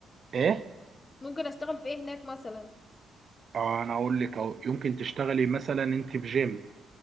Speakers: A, on the right; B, on the left.
A: ايه
B: ممكن اشتغل في ايه هناك مثلا
A: آه انا اقول لك اهو يمكن تشتغلي مثلا انت في جيم